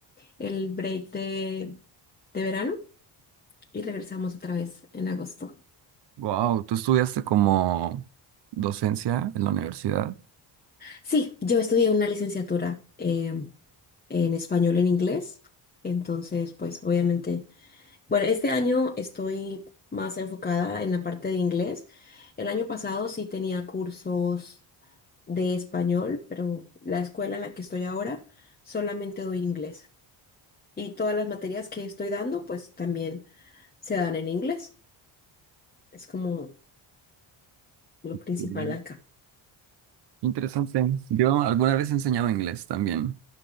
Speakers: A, on the left (about 20°); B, on the right (about 60°).
A: el break de, de verano y regresamos otra vez en agosto.
B: Wow, tú estudiaste como docencia en la universidad.
A: Sí, yo estudié una licenciatura em, en español en inglés, entonces pues obviamente, bueno, este año estoy más enfocada en la parte de inglés. El año pasado sí tenía cursos de español, pero la escuela en la que estoy ahora solamente doy inglés. Y todas las materias que estoy dando pues también se dan en inglés. Es como lo
B: Ok.
A: principal acá.
B: Interesante. Yo alguna vez he enseñado inglés también.